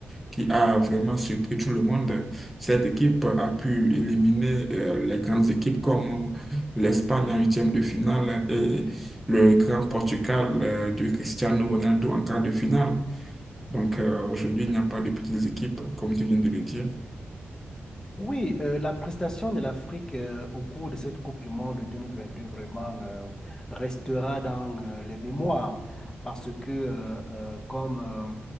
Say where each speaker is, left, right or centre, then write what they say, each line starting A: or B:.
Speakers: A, in the centre; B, on the left (about 15°).
A: qui a vraiment surpris tout le monde. Cette équipe a pu éliminer euh, les grandes équipes comme l'Espagne en huitième de finale et le grand Portugal euh, de Cristiano Ronaldo en quart de finale. Donc euh, aujourd'hui, il n'y a pas de petites équipes, comme tu viens de le dire.
B: Oui, euh, la prestation de l'Afrique euh, au cours de cette Coupe du Monde 2022 vraiment euh, restera dans euh, les mémoires parce que, euh, euh, comme euh,